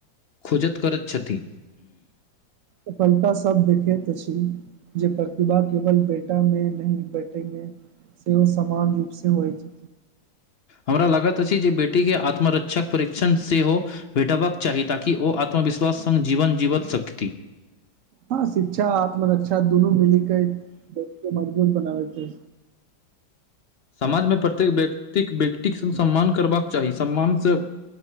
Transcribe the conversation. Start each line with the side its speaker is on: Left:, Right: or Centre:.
Left: खोजत करैत छथि
Right: सफलता सब देखेत अछि जे प्रतिभा केवल बेटा में न बेटि मे सेहो समान रूपसँ होइत
Left: हमरा लागैत अछि जे बेटीके आत्मरक्षक परीक्षण सेहो भेटबाक चाही ताकि ओ आत्मविश्वास सङ्ग जीवन जीवत सकति
Right: हँ शिक्षा आत्मरक्षा दुनू मिलकेे बेटि के मजबूत बनाबैतै
Left: समाजमे प्रत्येक व्यक्तिक व्यक्तिक सम्मान करबाक चाही सम्मान सँ